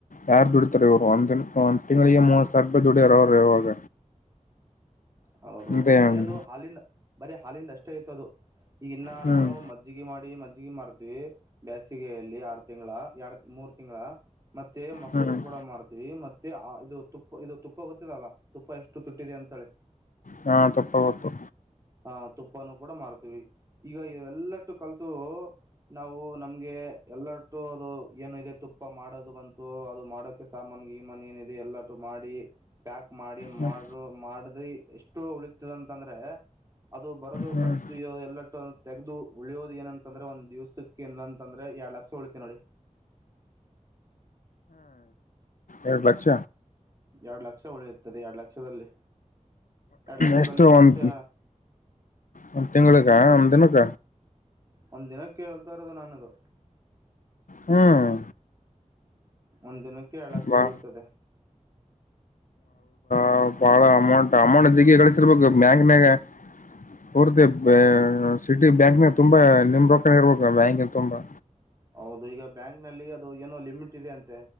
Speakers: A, on the left; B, on the right.
A: ಯಾರ್ ದುಡಿತಾರೆ ಇವಾಗ ಒಂದ್ ದಿನಕ್ ಒಂದ್ ತಿಂಗ್ಳಿಗೆ ಮೂವತ್ ಸಾವಿರ ರೂಪಾಯಿ ದುಡ್ಯಾರ ಅವ್ರ ಇವಾಗ
B: ಹೌದ ಹೌದು
A: ಇದೇ
B: ಬರೇ
A: ಹ್ಮ್
B: ಅದು ಹಾಲಿಂದ ಬರೇ ಹಾಲಿಂದ್ ಅಷ್ಟೇ ಅಯ್ತ್ ಅದು ಈಗಿನ್ನ
A: ಹ್ಮ್
B: ನಾನು ಮಜ್ಜಿಗೆ ಮಾಡಿ ಮಜ್ ಜಿಗಿ ಮಾಡ್ತೀವಿ ಬ್ಯಾಸ್ ಗೆಯಲ್ಲಿ ಆರು ತಿಂಗಳ ಎರಡು ಮೂರು ತಿಂಗ್ಳಾ ಮತ್ತೆ ಮೊಸರು
A: ಹ್ಮ್
B: ಕೂಡ ಮಾರ್ತಿವಿ ಮತ್ತೆ ಇದು ತುಪ್ಪ ಇದು ತುಪ್ಪ ಗೊತ್ತಿಲ್ಲ ಅಲ್ಲ ತುಪ್ಪ ಎಷ್ಟು ತುಟ್ಟಿದೆ ಅಂತೇಳಿ
A: ಹಾ ತುಪ್ಪ ಗೊತ್ತು
B: ಆಹ ತುಪ್ಪಾನ ಕೂಡ ಮಾರತಿವಿ ಈಗ ಎಲ್ಲಟ್ಟು ಕಲಿತು ನಾವು ನಮ್ಗೆ ಎಲ್ಲಟ್ಟು ಅದು ಏನ ಇದೆ ತುಪ್ಪ ಮಾಡೋದು ಬಂತು ಅದು ಮಾಡೋಕ ಸಾಮಾನ ಗೀಮನ್ ಏನಿದೆ ಎಲ್ಲಟು ಮಾಡಿ ಪ್ಯಾಕ್ ಮಾಡಿ
A: ಹ್ಮ್
B: ಮಾಡರು ಮಾಡಿದ್ರಿ ಎಷ್ಟ ಷ್ಟು ಉಳಿತದಂತಂದ್ರೆ ಅದು ಬರೋದು
A: ಹ್ಮ್
B: ಖರ್ಚು ಇರೋದು ಎಲ್ಲಟ್ಟು ತೆೆಗೆದು ಉಳಿಯೋದು ಏನಂತಂದ್ರೆ ಒಂದ್ ದಿವ್ಸಕ್ಕೆ ಏನಂತಂದ್ರೆ ಎರಡ್ ಲಕ್ಷ ಉಳಿತ ನೋಡಿ
A: ಎರಡು ಲಕ್ಷ
B: ಎರಡು ಲಕ್ಷ ಉಳಿಯುತ್ತದೆ ಎರಡು ಲಕ್ಷದಲ್ಲಿ ಎರಡ್ ಲಕ್ಷದಲ್ಲಿ
A: ಎಷ್ಟು ಒಂದ
B: ಮತ್ತೆ
A: ಒಂದ ತಿಂಗಳಿಗೆ. ಕ ಅಂದನಕ.
B: ಒಂದ್ ದಿನ ಕೇಳ್ತಾ ಇರೋದು ನಾನದು.
A: ಹ್ಮ್.
B: ಒಂದ್ ದಿನಕ್ಕೆ ಎರಡ್ ಲಕ್ಷ
A: ಬಾ
B: ಉಳತದೆ.
A: ಹ ಬಾಳ ಅಮೌಂಟ್ ಅಮೌಂಟ್ಿಗೆ ಕಗಳಿಸಿರ್ಬೇಕು ಬ್ಯಾಂಕ್ನ್ಾಗ. ಹೊರ್ದ
B: ಹೌದು
A: ಸಿ. ಬ್ಯಾಂಕ್ ತುಂಬಾ ನಿಮ್ ರೊಕನ್ ಇರ್ಬೇಕ ಬ್ಯಾಂಕ ತುಂಬಾ.
B: ಹೌದು ಈಗ ಬ್ಯಾಂಕ್ ನಲ್ಲಿ ಅದು ಏನೋ ಲಿಮಿಟ್ ಇದೆ ಅಂತೆ